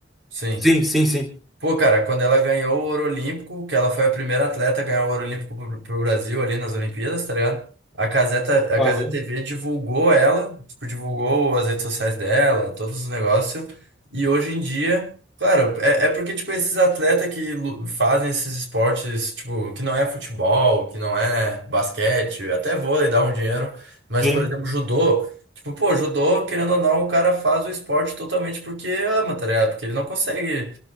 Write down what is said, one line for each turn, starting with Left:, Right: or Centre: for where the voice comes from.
Right: Sim.
Centre: Sim, sim, sim.
Right: Pô, cara, quando ela ganhou o ouro olímpico, que ela foi a primeira atleta a ganhar o ouro olímpico pro, pro Brasil ali nas Olimpíadas, tá ligado? A Caseta,
Centre: Aham.
Right: a Caseta TV divulgou ela, tipo, divulgou as redes sociais dela, todos os negócios. E hoje em dia, claro, é, é porque, tipo, esses atletas que lu- fazem esses esportes, tipo, que não é futebol, que não é basquete, até vôlei dá um dinheiro, mas,
Centre: Sim,
Right: por exemplo, judô. Tipo, pô, judô, querendo ou não, o cara faz o esporte totalmente porque ama, tá ligado? Porque ele não consegue